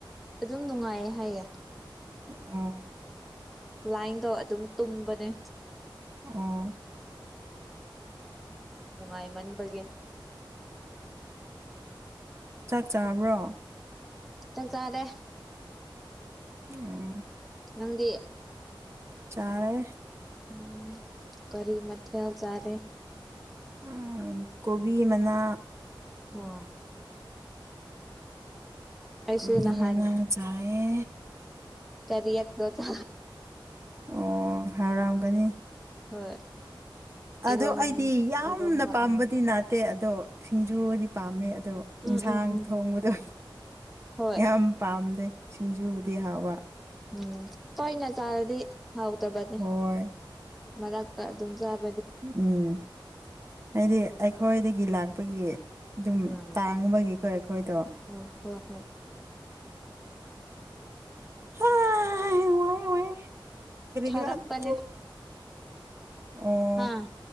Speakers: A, in the centre; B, on the right.
A: ꯑꯗꯨꯝ ꯅꯨꯡꯉꯥꯏꯌꯦ ꯍꯥꯏꯌꯦꯦ
B: ꯎꯝ
A: ꯀ꯭ꯂꯥꯏꯟꯗꯣ ꯑꯗꯨꯝ ꯇꯨꯝꯕꯅꯦ
B: ꯑ
A: ꯅꯨꯡꯉꯥꯏꯃꯟꯕꯒꯤ
B: ꯆꯥꯛ ꯆꯥꯕ꯭ꯔꯣ
A: ꯆ ꯆꯥꯗ
B: ꯎꯝ
A: ꯅꯪꯗꯤ
B: ꯆꯥꯔꯦ
A: ꯎꯝ ꯀꯔꯤ ꯃꯊꯜ ꯆꯔꯦ
B: ꯎꯝ ꯀꯣꯕꯤ ꯃꯅꯥ
A: ꯑ ꯀꯁꯨ
B: ꯀꯣꯕꯤ
A: ꯅꯍꯅꯤ
B: ꯃꯅꯥ ꯆꯥꯏꯌꯦ
A: ꯇꯔꯤꯗꯣ ꯆꯦ
B: ꯑꯣ ꯍꯔꯝꯒꯅꯤ
A: ꯍꯣꯏ
B: ꯑꯗꯣ
A: ꯏꯔꯣꯝ
B: ꯑꯩꯗꯤ ꯌꯥꯝꯅ
A: ꯏꯔꯣꯝꯕ
B: ꯄꯥꯝꯕꯗꯤꯅ
A: ꯑꯃ
B: ꯇꯦ ꯑꯗꯣ ꯁꯤꯡꯖꯨꯗꯤ ꯄꯥꯝꯃꯦ ꯑꯗꯣ ꯌꯦꯟꯁꯥꯡ
A: ꯎꯝ ꯎꯝ ꯎꯝ
B: ꯊꯣꯡꯕꯗꯣ
A: ꯍꯣꯏ
B: ꯌꯥꯝ ꯄꯥꯝꯗꯦ ꯁꯤꯡꯖꯨꯕꯨꯗꯤ ꯍꯥꯎꯕ
A: ꯎꯝ ꯀꯣꯏꯅ ꯆꯥꯔꯗꯤ ꯍꯥꯎꯗꯕꯅꯦ
B: ꯍꯣꯏ
A: ꯃꯅꯥꯛꯇ ꯑꯗꯨꯝ ꯆꯥꯕ
B: ꯎꯝ ꯍꯥꯏꯗꯤ ꯑꯩꯈꯣꯏꯗꯒꯤ ꯂꯥꯛꯄꯒꯤ ꯑꯗꯨꯝ
A: ꯎꯝ
B: ꯇꯥꯡꯕꯒꯤꯀꯣ ꯑꯩꯈꯣꯏꯗꯣ
A: ꯎꯝ ꯍꯣꯏ ꯍꯣꯏ
B: ꯋꯥꯏ ꯋꯥꯏ ꯀꯔꯤꯒꯤꯔ
A: ꯈꯔꯥꯛ
B: ꯑꯗꯨꯝ
A: ꯄꯅꯦ
B: ꯑꯣ
A: ꯑꯥ